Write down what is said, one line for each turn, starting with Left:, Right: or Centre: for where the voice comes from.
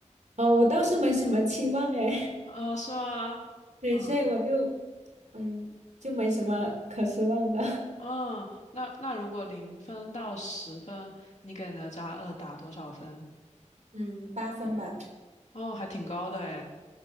Right: 哦，我倒是没什么期望哎，
Left: 啊，是吗？
Right: <laughs> 对，
Left: 嗯
Right: 所以我就嗯就没什么可失望的，
Left: 嗯，那那如果零分到十分，你给哪吒二打多少分？
Right: <laughs> 嗯，八分吧，
Left: 哦，还挺高的诶。